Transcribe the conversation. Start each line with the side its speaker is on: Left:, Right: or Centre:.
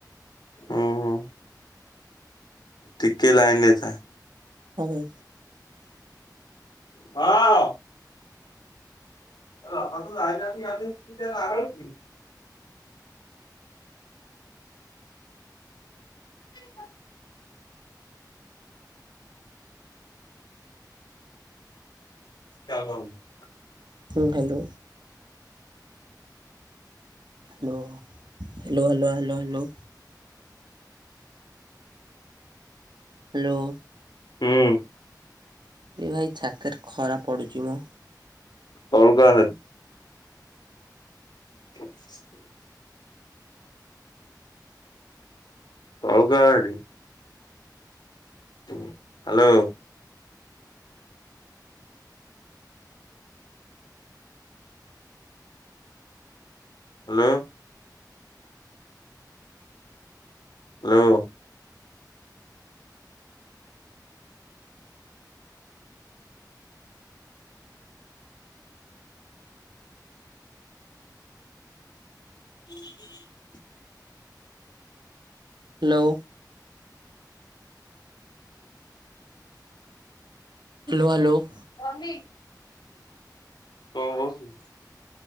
Left: ଓ ହୋ। ଟିକେ ଲାଇନରେ ଥା।
Right: ହଁ ଭାଇ।
Left: ହଁ। ହ ଆ ଯହାଲେନ୍ତି ଆଦିନ ତ ଲଗାଳ <inaudible> <unintelligible> ଣ <inaudible> <unintelligible>
Right: ହୁଁ hello. Hello hello hello hello hello. Hello.
Left: ହୁଁ।
Right: ଏ ଭାଇ ଛାତେରେ ଖରା ପଡୁଛି ମ
Left: <unintelligible> <unintelligible> <inaudible> ତଳକୁ ଆ ହେରି। ହ୍ୟାଲୋ। ହ୍ୟାଲୋ। ହ୍ୟାଲୋ। ହୁଁ <unintelligible> <inaudible>
Right: ହ୍ୟାଲୋ।
Left: <unintelligible> <inaudible>
Right: ହ୍ୟାଲୋ ହ୍ୟାଲୋ
Left: କଣ କହୁଚୁ?